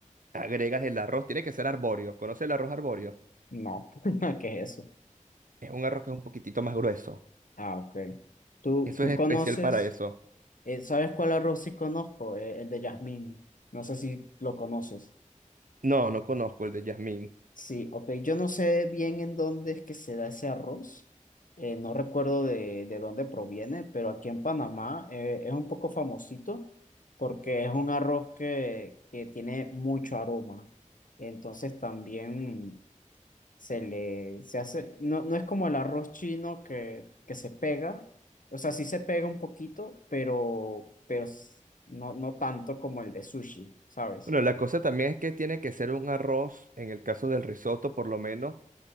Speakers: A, on the right; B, on the left.
A: agregas el arroz, tiene que ser arbóreo, ¿Conoce el arroz arbóreo?
B: No. <laughs> ¿Qué es eso?
A: Es un arroz que es un poquitito más grueso.
B: Ah, ok. ¿Tú,
A: Eso
B: tú
A: es especial
B: conoces?
A: para eso.
B: eh, ¿sabes cuál arroz sí conozco? Eh, el de jazmín. No sé si lo conoces.
A: No, no conozco el de jazmín.
B: Sí, ok. Yo no sé bien en dónde es que se da ese arroz. Eh, no recuerdo de, de dónde proviene, pero aquí en Panamá eh, es un poco famosito porque es un arroz que, que tiene mucho aroma. Entonces también se le se hace, no, no es como el arroz chino que, que se pega. O sea, sí se pega un poquito, pero, pero s- no, no tanto como el de sushi, ¿sabes?
A: Bueno, la cosa también es que tiene que ser un arroz, en el caso del risotto por lo menos,